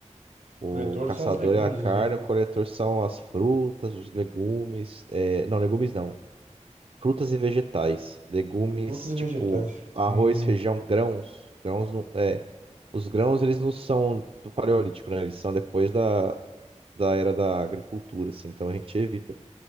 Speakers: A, on the right; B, on the right.
A: O
B: Coletores
A: caçador
B: são os legumes
A: é a carne,
B: e as verduras.
A: o coletor são as frutas, os legumes, é, não, legumes não, frutas e vegetais. Legumes
B: Frutas e
A: tipo
B: vegetais.
A: arroz,
B: Hum,
A: feijão, grãos. Grãos não, é, os grãos eles não são do paleolítico, né? Eles são depois da, da era da agricultura, assim. Então a gente evita